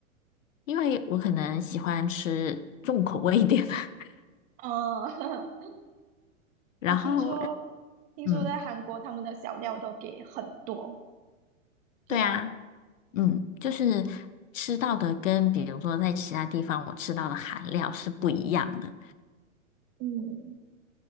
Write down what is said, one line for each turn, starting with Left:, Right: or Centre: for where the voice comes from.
Left: 因为我可能喜欢吃重口味一点的。<laughs>
Right: 呃，<laughs>
Left: 然后日
Right: 我听说听说在韩国他们的小料都给很多，
Left: 嗯，
Right: 对吧？
Left: 对啊，嗯，就是吃到的跟比如说在其他地方我吃到的韩料是不一样的。
Right: 嗯，